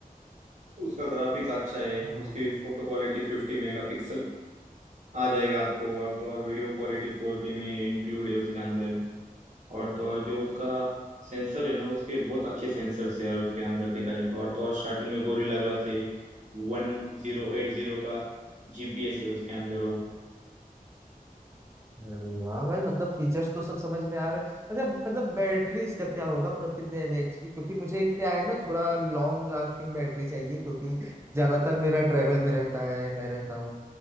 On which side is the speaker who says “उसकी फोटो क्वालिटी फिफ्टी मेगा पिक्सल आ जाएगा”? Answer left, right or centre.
Right